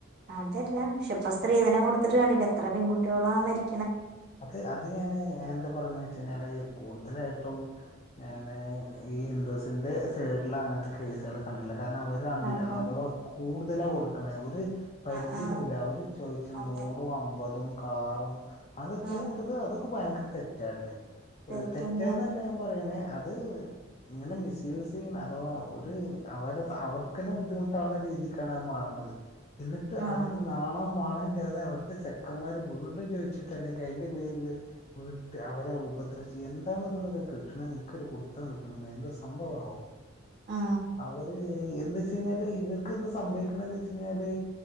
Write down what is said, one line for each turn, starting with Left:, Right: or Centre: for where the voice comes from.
Right: അതല്ല പക്ഷേ ഇപ്പം സ്ത്രീധനം എത്ര കൊടുത്തിട്ട് കണ്ടില്ല എത്ര പെകുട്ടികളാ മരി
Left: അത് അത് ഞാന് എന്താ പറയ്ണെ വെച്ച് കഴിഞ്ഞാല് കെടു ലായിട്ടും ഞാന് ഈ ഹിന്ദുസിന്റെ സൈഡില് അങ്ങനത്തെ കേസുകൾ കണ്ടിള്ളയ് കാരണം അവര്
Right: അതെ
Left: അഥവാ കൂടുതലാ കൊടുക്കണ് ഒരു പരിധിയൊന്നുമില്ല
Right: ആ ആ
Left: അവര് ചോദിച്ച
Right: അതെ
Left: നൂറും അമ്പതും കാറും അതൊക്കെ
Right: ആ
Left: അതൊക്കെ അതൊക്കെ ഭയങ്കര തെറ്റാല്ലേ
Right: തെറ്റന്നെ
Left: തെറ്റാന്നല്ലേ പറയണേ അത് ഇങ്ങനെ മിസ്യൂസ് ചെയ്യ അഥവാ ഒരു അവരെ അവർക്കന്നെ ബുദ്ധിമുട്ടാവുന്ന രീതിക്കാണ് അയ് മാറ്ണത് എന്നിട്ട്
Right: ആ
Left: അതിൽ നാണോ വണില്ലാതെ അവരുത്തെ ചെക്കന്മാര് വീണ്ടും ചോദിച്ചിട്ട് അല്ലെങ്കിൽ അതിന്റെ പേരിൽ വീട്ട് അവരെ ഉപദ്രശി എന്താണ് ഇതുകൊണ്ടൊക്കെ കിട്ടണ നിനക്ക്ൊരു കൊടുത്ത യോട്ടുന്നത് എന്ത സംഭവാണോ
Right: ആ
Left: അവര് എന്താ വെച്ച കഴിഞ്ഞാല് ഇവർക്ക് എന്ത്സംഭവിക്ണ എന്ന് വച്ചഴിഞ്ഞാല്